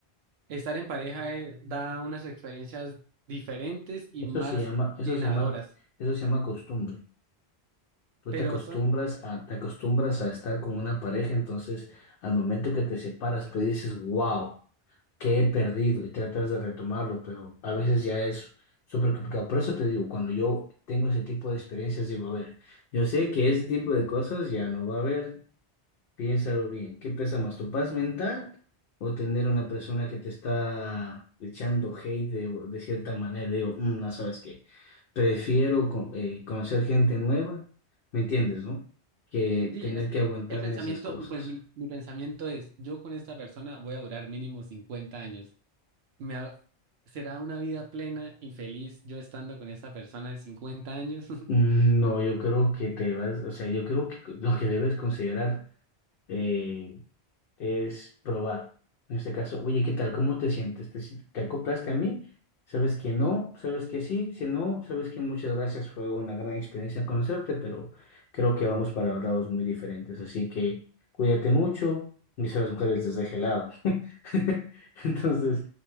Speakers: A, on the right; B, on the left.
A: estar en pareja eh, da unas experiencias diferentes y
B: Eso
A: más
B: se llama, eso
A: llenadoras.
B: se llama, eso se llama costumbre. Tú
A: Pero
B: te acostumbras
A: son,
B: a, te acostumbras a estar con una pareja, entonces al momento que te separas, tú dices, wow, ¿qué he perdido? Y tratas de retomarlo, pero a veces ya es súper complicado. Por eso te digo, cuando yo tengo ese tipo de experiencias, digo, a ver, yo sé que ese tipo de cosas ya no va a haber. Piénsalo bien, ¿qué pesa más, tu paz mental o tener una persona que te está echando hate de, de cierta manera? Digo, "Mm, no sabes qué, prefiero co- eh, conocer gente nueva, ¿me entiendes, no? Que
A: sí,
B: tener
A: es que
B: que aguantarme
A: el pensamiento,
B: esas cosas.
A: pues mi, mi pensamiento es, yo con esta persona voy a durar mínimo 50 años. me ha- será una vida plena y feliz yo estando con esta persona de 50 años. <laughs>
B: Mm, No, yo creo que te vas, o sea, yo creo que lo que debes considerar eh, es probar. En este caso, oye, ¿qué tal? ¿Cómo te sientes? ¿Te, si- te acoplaste a mí? ¿Sabes que no? ¿Sabes que sí? Si no, sabes que muchas gracias. Fue una gran experiencia conocerte, pero creo que vamos para lados muy diferentes. Así que cuídate mucho. Y si las mujeres les deje helado. <laughs> Entonces,